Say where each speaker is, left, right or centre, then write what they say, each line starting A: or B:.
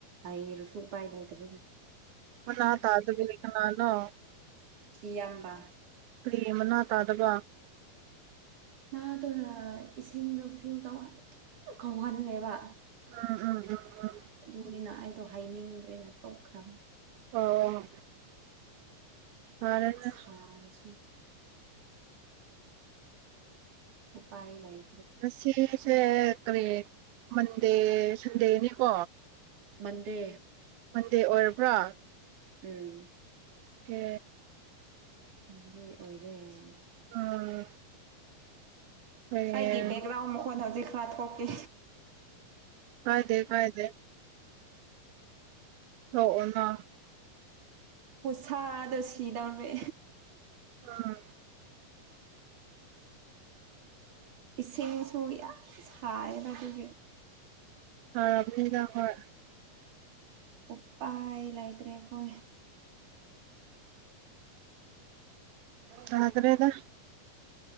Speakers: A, on the right (about 60°); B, on the right (about 85°).
A: ꯍꯩꯔꯁꯨ ꯎꯄꯥꯏ ꯂꯩꯇꯕꯒꯤ
B: ꯃꯅꯥ ꯇꯥꯗ꯭ꯔꯤ <unintelligible> ꯀꯅꯅꯣ
A: ꯀꯤꯌꯥꯝꯕ
B: ꯀꯔꯤ ꯃꯅꯥ ꯇꯥꯗꯕ
A: ꯃꯥꯗꯨꯅ ꯏꯁꯤꯡꯗꯣ ꯐꯤꯜ ꯇꯧ ꯑꯥ <inaudible> ꯗꯨꯝ ꯀꯧꯍꯜꯂꯦꯕ
B: ꯎꯝ ꯎꯝ ꯎꯝ ꯎꯝ
A: ꯑꯗꯨꯒꯒꯤꯅ ꯑꯩꯗꯣ ꯍꯥꯏꯅꯤꯡꯗ꯭ꯔꯦꯅ ꯇꯣꯈ꯭ꯔꯥꯝ
B: ꯑꯣ ꯐꯔꯦꯅꯦ
A: ꯁꯥꯔꯁꯨ ꯎꯄꯥꯥꯏ ꯂꯩ
B: ꯉꯁꯤꯁꯦ ꯀꯔꯤ ꯃꯟꯗꯦ ꯁꯟꯗꯦꯅꯤꯀꯣ
A: ꯃꯟꯗꯦ
B: ꯃꯟꯗꯦ ꯑꯣꯏꯔꯕ꯭ꯔꯥ
A: ꯎꯝ
B: ꯀꯦ
A: ꯃꯟꯗꯦ ꯑꯣꯏꯔꯦ
B: ꯎꯝ ꯍꯌꯦꯡ
A: ꯑꯩꯒꯤ ꯕꯦꯛꯒ꯭ꯔꯥꯎꯟ ꯃꯈꯣꯟ ꯍꯧꯖꯤꯛ ꯈꯔ ꯊꯣꯛꯀꯦ
B: ꯀꯥꯏꯗꯦ ꯀꯥꯏꯗꯦ <unintelligible>
A: ꯈꯨꯁꯥꯗꯥ ꯁꯤꯗꯧꯔꯦ
B: ꯎꯝ
A: ꯏꯁꯤꯡꯁꯨ ꯌꯝ ꯁꯥꯏꯕ ꯑꯗꯨꯒꯤ
B: ꯐꯥꯔꯝꯅꯤꯗ ꯍꯣꯏ
A: ꯎꯄꯥꯏ ꯂꯩꯇ꯭ꯔꯦ ꯑꯩꯈꯣꯏ
B: ꯎꯝ ꯇꯥꯗ꯭ꯔꯦꯗ